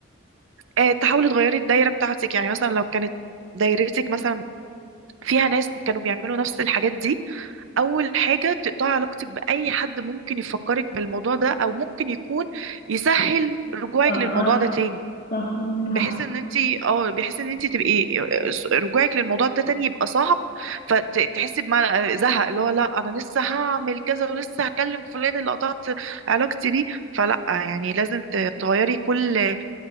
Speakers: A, on the right; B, on the left.
A: آه، تحاولي تغيري الدايره بتاعتك يعني مثلا لو كانت دايرتك مثلا فيها ناس كانوا بيعملوا نفس الحاجات دي اول حاجه تقطعي علاقتك باي حد ممكن يفكرك بالموضوع ده او ممكن يكون يسهل رجوعك
B: آه،
A: للموضوع
B: ايوه
A: ده تاني
B: صح عندك حق
A: بحيث ان انت اه بحيث ان انت تبقي رجوعك للموضوع ده تاني يبقى صعب فتحسي بمعنى زهق اللي هو لا انا لسه هعمل كذا ولسه هكلم فلان اللي قطعت علاقتي بيه فلا يعني لازم ت- تغيري كل آه،